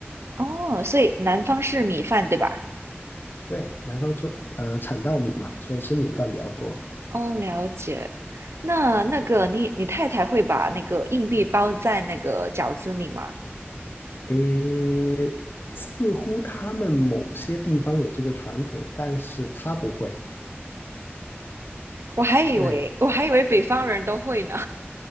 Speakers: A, on the right; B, on the left.
A: 哦，所以南方是米饭，对吧？
B: 对，南方做呃产稻米嘛，所以吃米饭比较多。
A: 哦，了解。那那个你你太太会把那个硬币包在那个饺子里吗？
B: 诶，似乎他们某些地方有这个传统，但是他不会，
A: 我还以为我还以为北方人都会呢。
B: 对，